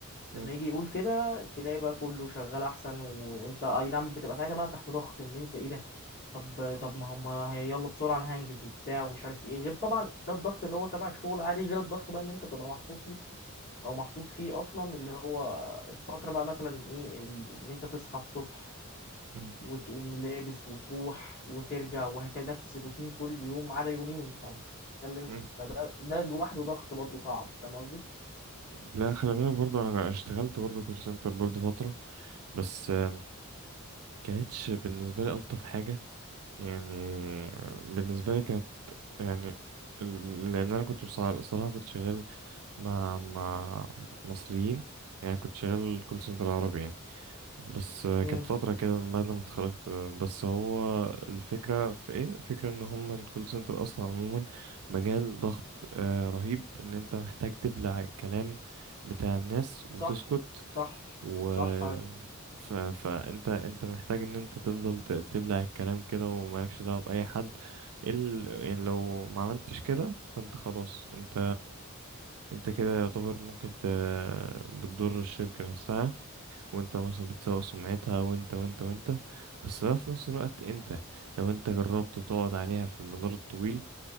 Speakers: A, on the left; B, on the right.
A: لما
B: مم.
A: يجي يقول كده تلاقي بقى كله شغال أحسن وأنت أي نعم بتبقى ساعتها بقى تحت ضغط إن أنت ايه ده طب طب ما هم هي- يلا بسرعة أنا هنجز وبتاع ومش عارف ايه غير طبعا ده الضغط اللي هو تبع الشغل عادي غير الضغط بقى اللي أنت بتبقى محطوط له او محطوط فيه اصلا اللي هو الفتره بقى مثلا ايه ال- ان انت تصحى الصبح
B: مم.
A: وتقوم لابس وتروح وترجع وهكذا نفس الروتين كل يوم ما عدا يومين فانت بتتكلم
B: مم.
A: فده ده لوحده ضغط برضه صعب فاهم قصدي؟
B: لا خلي بالك برضو انا اشتغلت برضو كول سنتر برضو فترة بس آم، كانتش بالنسبة لي الطف حاجة يعني آه، بالنسبة لي كانت يعني ال- لان انا كنت بصع- بصراحة كنت شغال مع مع مصريين يعني كنت شغال كول سنتر عربي يعني بس آه،
A: امم
B: كانت فترة كده من بعد ما اتخرجت آه، بس هو الفكرة في ايه الفكرة ان هم الكول سنتر اصلا عموما مجال ضغط آه، رهيب ان انت محتاج تبلع الكلام بتاع الناس وتسكت
A: صح صح
B: و
A: صح هاي.
B: ف... فانت انت محتاج ان انت تفضل ت- تبلع الكلام كده ومالكش دعوة بأي حد ايه ال... يعني لو ما عملتش كده فانت خلاص انت انت كده يعتبر ممكن ت... بتضر الشركة نفسها وانت مثلا بتسوق سمعتها وانت وانت وانت بس ده في نفس الوقت انت لو انت جربت تقعد عليها في المدار الطويل